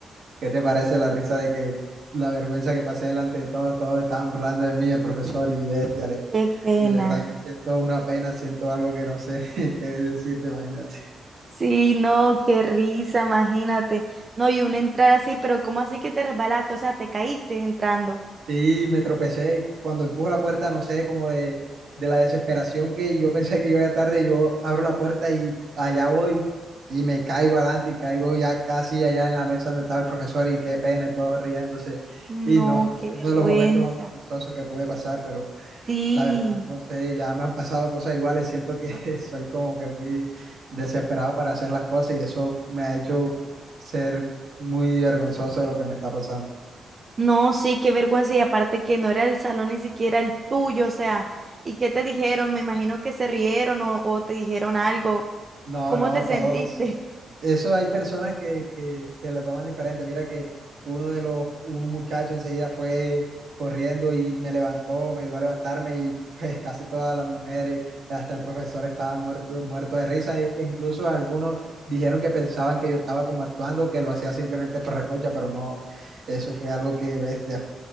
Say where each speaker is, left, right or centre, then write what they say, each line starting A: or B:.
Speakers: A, on the right; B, on the right.
A: ¿Qué te parece la risa de que la vergüenza que pasé delante de todos, todos estaban burlando de mí, el profesor y bestia, le-
B: Qué pena.
A: de verdad que siento una pena, siento algo que no sé <laughs> qué decirte, imagínate.
B: Sí, no, qué risa, imagínate. No, y uno entrar así, pero ¿cómo así que te resbalaste? O sea, te caíste entrando.
A: Sí, me tropecé. Cuando empujo la puerta, no sé, como de, de la desesperación que yo pensé que yo iba tarde, yo abro la puerta y allá voy y me caigo adelante y caigo ya casi allá en la mesa donde estaba el profesor y qué pena, y todo riéndose.
B: No,
A: Y no,
B: qué
A: <laughs> uno
B: vergüenza.
A: de los momentos más vergonzosos que pude pasar, pero
B: Sí,
A: la verdad, no sé, ya me han pasado cosas iguales. Siento que <laughs> soy como que muy desesperado para hacer las cosas y eso me ha hecho ser muy vergonzoso de lo que me está pasando.
B: no, sí, qué vergüenza. Y aparte que no era el salón ni siquiera el tuyo, o sea, ¿y qué te dijeron? Me imagino que se rieron o, o te dijeron algo.
A: No,
B: ¿Cómo
A: no,
B: te sentiste?
A: todos.
B: <laughs>
A: eso hay personas que, que, que lo toman diferente. Mira que uno de los, un muchacho enseguida fue corriendo y me levantó, me ayudó a levantarme y <laughs> pues casi todas las mujeres, hasta el profesor estaba muerto, muerto de risa. E- e incluso algunos dijeron que pensaban que yo estaba como actuando, que lo hacía simplemente por recocha, pero no, eso fue algo que bestia.